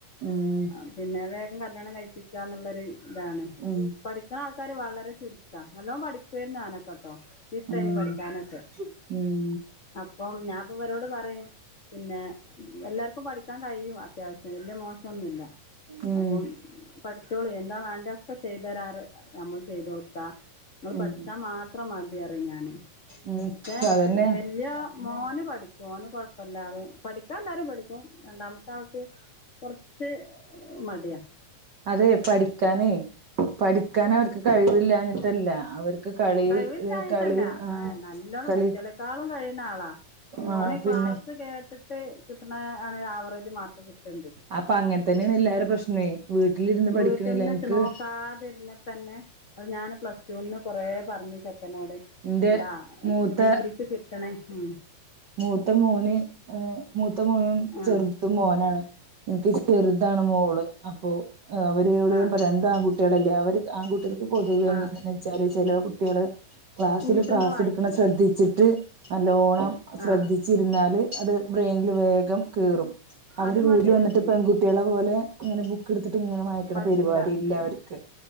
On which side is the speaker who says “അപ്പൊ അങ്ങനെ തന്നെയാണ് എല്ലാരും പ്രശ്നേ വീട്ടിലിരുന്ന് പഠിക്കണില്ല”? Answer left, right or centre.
Right